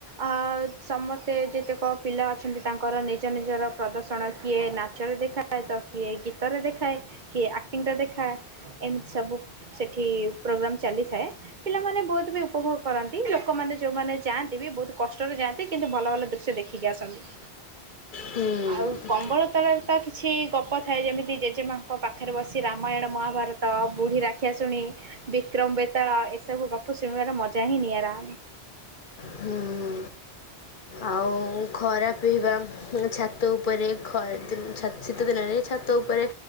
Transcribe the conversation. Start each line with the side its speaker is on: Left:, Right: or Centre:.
Right: ଅ ସମସ୍ତେ ଯେତେକ ପିଲା ଅଛନ୍ତି ତାଙ୍କର ନିଜ ନିଜର ପ୍ରଦର୍ଶନ କିଏ ନାଚରେ ଦେଖା ଖାଏ ତ କିଏ ଗୀତରେ ଦେଖାଏ କିଏ ଆକ୍ଟିଂରେ ଦେଖାଏ। ଏମିତି ସବୁ ସେଠି ପ୍ରୋଗ୍ରାମ ଚାଲିଥାଏ ପିଲାମାନେ ବହୁତ ବି ଉପଭୋଗ କରନ୍ ନ୍ତି ଲୋକମାନେ ଯୋଉମାନେ ଯାଆନ୍ତି ବି ବହୁତ କଷ୍ଟରେ ଯାଆନ୍ତି କିନ୍ତୁ ଭଲ ଭଲ ଦୃଶ୍ୟ ଦେଖିକି ଆସନ୍ତି।
Left: ହୁଁ
Right: ଆଉ। କମ୍ବଳ ତଳ ତ କିଛି ଗପ ଥାଏ ଯେମିତି ଜେଜେମାଙ୍କ ପାଖରେ ବସି ରାମାୟଣ ମହାଭାରତ ବୁଢ଼ୀ ରାକ୍ଷ ଶିକ୍ଷା ଶୁଣି ବିକ୍ରମ ବେତାଳ ଏସବୁ ଗପ ଶୁଣିବାର ମଜା ହିଁ ନିଆରା।
Left: ହୁଁ ଆଉ ଖରା ପିଇବା ଛାତ ଉପରେ ଖରା ଛା ଶୀ ଶୀତ ଦିନରେ ଛାତ ଉପ ଉପରେ